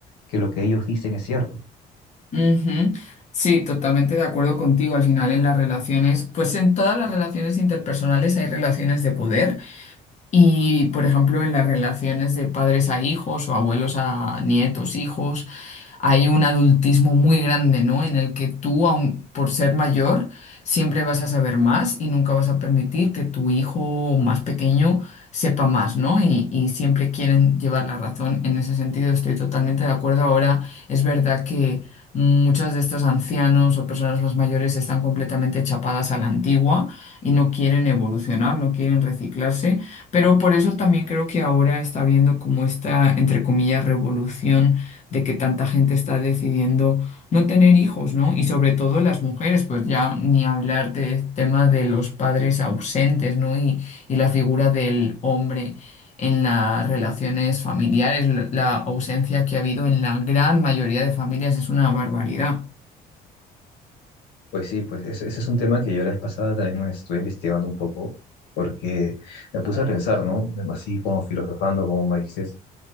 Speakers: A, on the left (about 80°); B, on the left (about 45°).
A: que lo que ellos dicen es cierto.
B: Ujú. Sí, totalmente de acuerdo contigo. Al final, en las relaciones, pues en todas las relaciones interpersonales hay relaciones de poder y, por ejemplo, en las relaciones de padres a hijos o abuelos a nietos, hijos, hay un adultismo muy grande, ¿no? En el que tú, aun por ser mayor, siempre vas a saber más y nunca vas a permitir que tu hijo más pequeño sepa más, ¿no? Y, y siempre quieren llevar la razón. En ese sentido estoy totalmente de acuerdo. Ahora es verdad que muchos de estos ancianos o personas más mayores están completamente chapadas a la antigua y no quieren evolucionar, no quieren reciclarse, pero por eso también creo que ahora está habiendo como esta, entre comillas, revolución de que tanta gente está decidiendo no tener hijos, ¿no? Y sobre todo las mujeres, pues ya ni hablar del tema de los padres ausentes, ¿no? Y, y la figura del hombre en las relaciones familiares, la la ausencia que ha habido en la gran mayoría de familias es una barbaridad.
A: Pues sí, pues ese, ese es un tema que yo la vez pasada también me estuve investigando un poco, porque me puse a pensar, ¿no? Así como filosofando, como me dices,